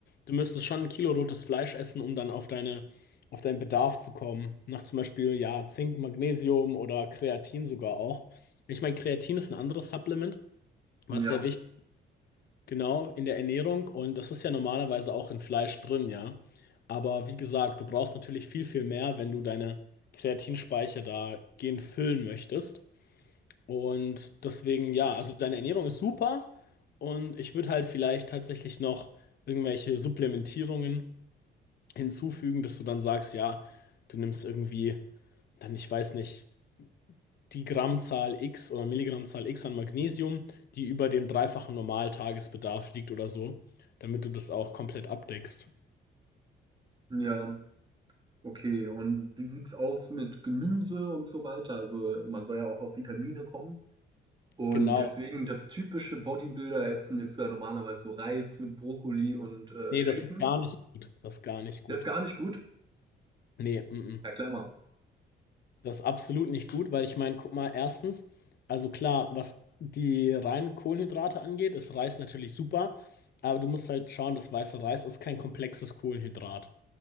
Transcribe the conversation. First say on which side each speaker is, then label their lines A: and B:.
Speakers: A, on the left; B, on the right.
A: du müsstest schon ein Kilo rotes Fleisch essen, um dann auf deine, auf deinen Bedarf zu kommen. Nach zum Beispiel, ja, Zink, Magnesium oder Kreatin sogar auch. Ich meine, Kreatin ist ein anderes Supplement, was
B: Ja,
A: sehr wichtig ist, genau, in der Ernährung. Und das ist ja normalerweise auch in Fleisch drin, ja. Aber wie gesagt, du brauchst natürlich viel, viel mehr, wenn du deine Kreatinspeicher da gehend füllen möchtest. Und deswegen, ja, also deine Ernährung ist super und ich würde halt vielleicht tatsächlich noch irgendwelche Supplementierungen hinzufügen, dass du dann sagst, ja, du nimmst irgendwie dann, ich weiß nicht, die Grammzahl X oder Milligrammzahl X an Magnesium, die über dem dreifachen Normaltagesbedarf liegt oder so, damit du das auch komplett abdeckst.
B: ja, okay. Und wie sieht's aus mit Gemüse und so weiter? Also man soll ja auch auf Vitamine kommen. Und
A: Genau.
B: deswegen das typische Bodybuilder-Essen ist ja normalerweise so Reis mit Brokkoli und äh,
A: Nee,
B: Chicken.
A: das ist gar nicht gut. Das ist gar nicht gut.
B: Das ist gar nicht gut.
A: Nee, mm, mm.
B: Erklär mal.
A: Das ist absolut nicht gut, weil ich meine, guck mal, erstens, also klar, was die reinen Kohlenhydrate angeht, ist Reis natürlich super, aber du musst halt schauen, das weiße Reis ist kein komplexes Kohlenhydrat.